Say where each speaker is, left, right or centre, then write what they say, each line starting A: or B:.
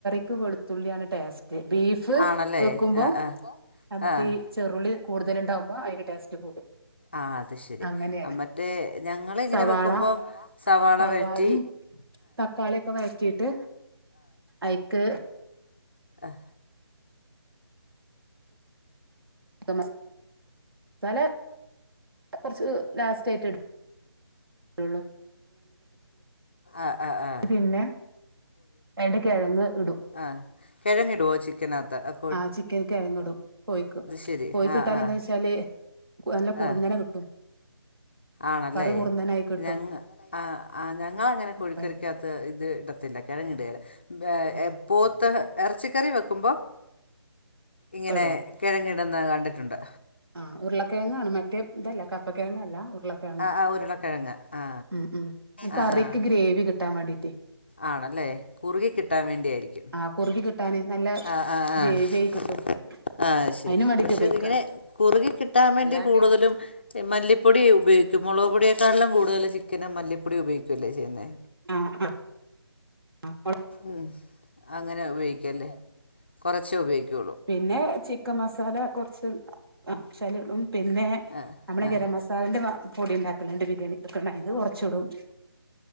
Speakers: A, on the right; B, on the left.
A: ക്ക് വെളുത്തുള്ളിയാണ് ടേസ്റ്റ് ബീഫ്
B: ആണല്ലേ
A: വെക്കുമ്പം
B: ആ ആ
A: നമുക്ക്
B: ആ
A: ഈ ചെറുള്ളി കൂടുതലിണ്ടാവുമ്പോ അയിന് ടേസ്റ്റ് കൂടും
B: ആഹ് അത് ശെരി
A: അങ്ങനെയാണ്
B: മറ്റേ ഞങ്ങള് ഇങ്ങനെ
A: സവാള
B: വെക്കുമ്പം സവാള
A: സവാളയും
B: വയ്റ്റി
A: തക്കാളിയൊക്കെ വഴറ്റീട്ട് അയ്ക്ക്
B: ആഹ്
A: മസ് സാല കൊറച്ച് ലാസ്റ്റ് ആയിട്ട് ഇടും <inaudible> <inaudible>
B: ആ ആ ആ
A: പിന്നെ രണ്ട് കെഴങ്ങ് ഇടും
B: ആഹ് കെഴങ്ങിടുവോ ചിക്കനാത്ത് അത്
A: ആഹ് ചിക്കന് കെഴങ്ങിടും കോഴിക്ക്
B: ശരി
A: കോഴക്കിട്ടാന
B: ആ ആ
A: എന്താ വെച്ചാല് നല്ല കുറുന്നന
B: ആ
A: കിട്ടും
B: ആണല്ലേ
A: കറി കുറുന്നനായി കിട്ടും
B: ഞങ്ങ് ആഹ് ആഹ് ഞങ്ങളങ്ങനെ
A: അപ്പ
B: കോഴിക്കറിക്കാ ത്ത് ഇത് ഇടത്തില്ല കെഴങ്ങ് ഇടുകേല
A: ആ
B: ഏ പോത്ത് എറച്ചിക്കറി വെ ക്കുമ്പം ഇങ്ങനെ
A: ഇടോ
B: കെഴങ്ങിടുന്ന കണ്ടിട്ടുണ്ട്
A: ആഹ് ഉരുളക്കെയങ്ങാണ് മറ്റേ ഇതല്ല കപ്പക്കെഴങ്ങല്ല ഉരുള കെഴങ്ങ്
B: ആ ആ ഉരുളക്കിഴങ്ങ് ആ
A: ഉം ഉം കറിക്ക്
B: ആ ആ
A: ഗ്രേവി കിട്ടാൻ വേണ്ടീട്ടേ
B: ആണല്ലേ കുറുകി കിട്ടാൻ വേണ്ടിയായിരിക്കും
A: ആഹ് കുറുകി കിട്ടാന് നല്ല
B: ആഹ് ആഹ് ആഹ്
A: ഗ്രേവിയായി കിട്ടും
B: ആഹ് ശെരി
A: അതിന് വേണ്ടിട്ട്
B: പക്ഷെ
A: ഉപയോഗിക്കാണ്
B: അതിങ്ങനെ കുറുകി കിട്ടാൻ വേണ്ടി
A: അല്ലാണ്ടല്ല
B: കൂടുതലും മല്ലിപ്പൊടി ഉപയോഗിക്കും മൊളക് പൊടിയെക്കാട്ട്ലും കൂടുതല് ചിക്കന് മല്ലിപ്പൊടി ഉപയോഗിക്കുവല്ലേ ചെയ്യുന്നേ
A: ആഹ് ആഹ് ആഹ് മൊള
B: ഉം അങ്ങനെ ഉപയോഗിക്കും അല്ലേ കൊറച്ചെ ഉപയോഗിക്കു
A: പിന്നെ ചിക്കൻ മസാല കൊറച്ച് ആഹ് ശകലം ഇടും പിന്നെ
B: ആഹ്
A: നമ്മള്
B: ആഹ്
A: ഗരം മസാലെൻ്റെ മ പൊടി ഉണ്ടാക്കലുണ്ട് ബിരിയാണി കൊറച്ചിടും